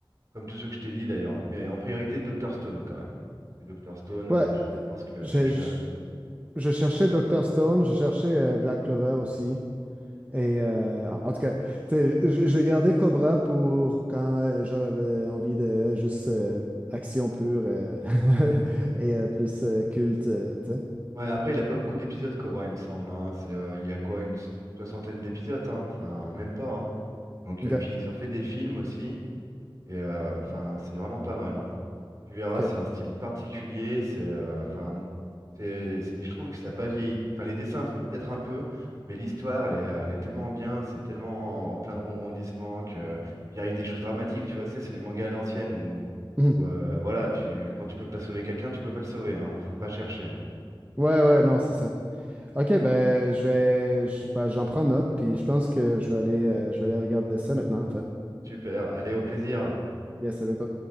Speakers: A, on the right; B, on the right.
A: Comme tous ceux que je t'ai dit d'ailleurs, hein. mais en priorité Dr Stone quand même. Parce que Dr Stone,
B: Ouais.
A: ouais, je
B: euh,
A: pense que
B: j'ai-
A: celui-là.
B: Je, je cherchais Dr. Stone, je cherchais euh, Black Clover aussi. Et euh, en tout cas, tu sais, je je vais garder Cobra pour quand euh, j'aurais euh, envie de juste euh, action pure euh, <laughs> et euh, plus euh, culte, euh, tu sais.
A: Ouais, après il a pas beaucoup d'épisodes Cobra, il me semble. hein. C'est, euh, il y a quoi, une soixantaine d'épisodes, hein. Enfin, même pas. hein. Donc,
B: OK,
A: euh, puis ils ont fait des films aussi, et euh, enfin, c'est vraiment pas mal. hein. Tu verras,
B: OK.
A: c'est un style particulier, c'est euh, enfin c'est c'est- et je trouve que ça n'a pas vieilli. Enfin les dessins f- peut-être un peu, mais l'histoire elle est, euh, elle est tellement bien, c'est tellement en plein de rebondissements que il arrive des choses dramatiques, tu vois, c'est c'est les mangas à l'ancienne où,
B: Mhm.
A: où, euh, voilà, tu quand tu peux pas sauver quelqu'un, tu peux pas le sauver hein, faut pas chercher. hein.
B: Ouais, ouais, non, c'est ça. OK, ben, je vais, je- ben, j'en prends note, puis je pense que je vais aller, euh, je vais aller regarder ça maintenant, en fait.
A: Super, allez au plaisir.
B: Yes, à bientôt.